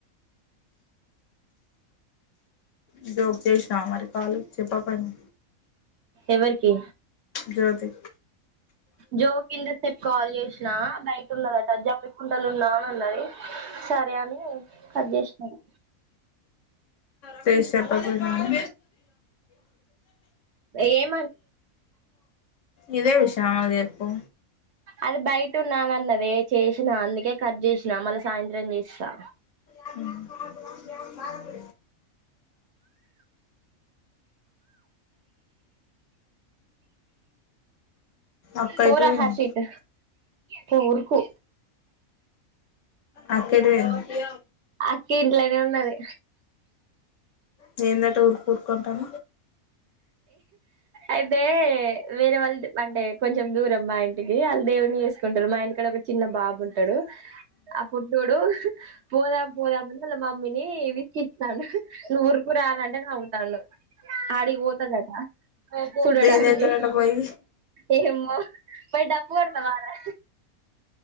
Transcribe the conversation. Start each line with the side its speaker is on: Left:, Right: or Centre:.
Left: ఇదో ఒక చేసినా మరి కాలు చెప్ప పెట్ట
Right: ఎవరికి
Left: జ్యోతి
Right: జో కింద ఇంత సేపు కాల్ జేసినా బయట ఉన్నదట జమ్మికుంటలు ఉన్నా అని అన్నది సరే అని కట్ జేసినాను.
Left: చేస్ చెప్ప పోయిన్నాము.
Right: ఏం
Left: ఇదే విషయమ మాకు జెప్ పొ
Right: అది బయట ఉన్నానన్నదే చేసినా అందుకే కట్ జేసినా మళ్ళ సాయంత్రం జేస్తా.
Left: అహ్ ఏమ్ బాబు అక్క
Right: పోరా
Left: ఎటు పోయింది
Right: హర్షిత్ పొ ఉరుకు
Left: అక్క ఎటు పోయింది
Right: అక్క ఏది ఇలాగే ఉన్నది
Left: నేందట ఉరు ఉర్కుంటన
Right: అయితే వేరే వాళ్ళది అంటే కొంచెం దూరం మా ఇంటికి. ఏ ఆళ్ళు దేవున్ని ఎస్కుంటారు మా ఇంటికాడ ఒక చిన్న బాబు ఉంటాడు ఆ పొట్టోడు పోదాం పోదామని వాళ్ళ మమ్మీని విసికిస్తాండు నువ్వు ఉరుకు రానంటే నవ్వుతాండు. డికి పోతాదట చూడడానికి
Left: ఏం చేస్తారట పోయి
Right: ఏమో పోయి డప్పుు కొడతవారా